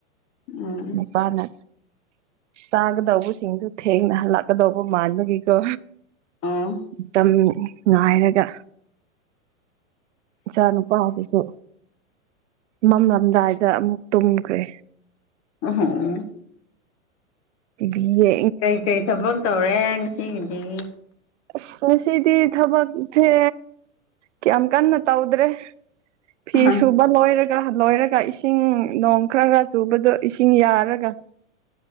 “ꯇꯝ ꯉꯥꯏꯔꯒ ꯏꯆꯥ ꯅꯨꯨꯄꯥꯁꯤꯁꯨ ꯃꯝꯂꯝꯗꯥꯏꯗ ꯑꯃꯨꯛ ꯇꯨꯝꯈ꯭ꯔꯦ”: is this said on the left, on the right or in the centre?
Right